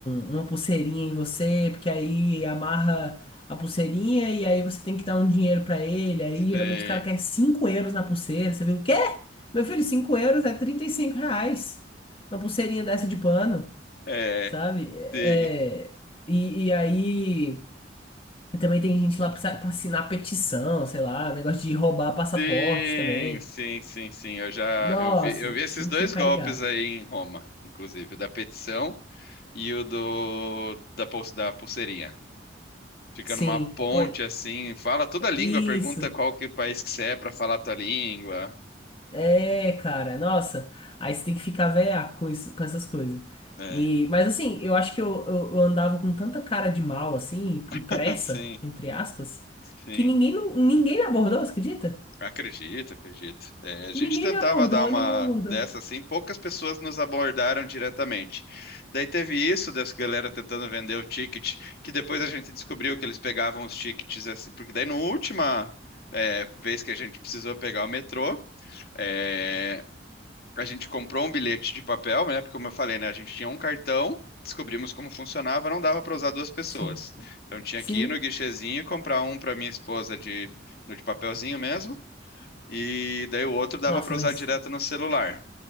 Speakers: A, on the left; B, on the left.
A: um- uma pulseirinha em você, porque aí amarra a pulseirinha e aí você tem que dar um dinheiro pra ele. Aí
B: Sim.
A: geralmente os caras querem 5 euros na pulseira. Você viu o quê? Meu filho, 5 euros é 35 reais na pulseirinha dessa de pano
B: É,
A: sabe? É,
B: sim.
A: e, e aí também tem gente lá pra, pra assinar petição, sei lá, negócio de roubar passaporte
B: Sim,
A: também.
B: sim, sim, sim. Eu já
A: Nossa,
B: eu vi, eu vi esses
A: você tem
B: dois
A: que ficar
B: golpes
A: ligado.
B: aí em Roma, inclusive, o da petição e o do da, pul- da pulseirinha. Fica
A: Sim,
B: numa ponte
A: pô,
B: assim, fala toda a língua,
A: isso.
B: pergunta qual que país que você é pra falar a tua língua.
A: É, cara, nossa. Aí você tem que ficar velhaco com isso, com essas coisas.
B: É.
A: E, mas assim, eu acho que eu, eu, eu andava com tanta cara de mal, assim,
B: <laughs>
A: e, e pressa,
B: Sim,
A: entre aspas,
B: sim.
A: que ninguém, não, ninguém me abordou, você acredita?
B: Acredito, acredito. É, a gente
A: Ninguém
B: tentava
A: me abordou,
B: dar uma
A: ninguém me abordou.
B: dessa assim, poucas pessoas nos abordaram diretamente. Daí teve isso dessa galera tentando vender o ticket, que depois a gente descobriu que eles pegavam os tickets assim, porque daí na última é, vez que a gente precisou pegar o metrô, é, a gente comprou um bilhete de papel, né? Porque como eu falei, né, a gente tinha um cartão, descobrimos como funcionava, não dava para usar duas pessoas.
A: Sim,
B: Então tinha
A: sim.
B: que ir no guichezinho e comprar um para minha esposa de, no de papelzinho mesmo e daí o outro dava
A: Nossa,
B: para usar
A: mas
B: direto no celular.